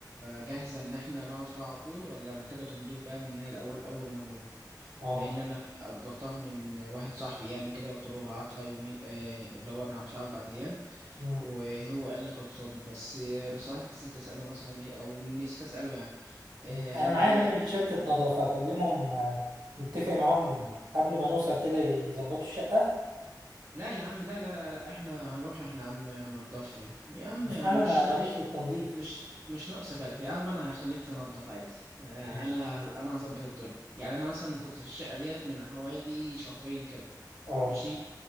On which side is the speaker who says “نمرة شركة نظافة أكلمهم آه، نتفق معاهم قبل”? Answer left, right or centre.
Right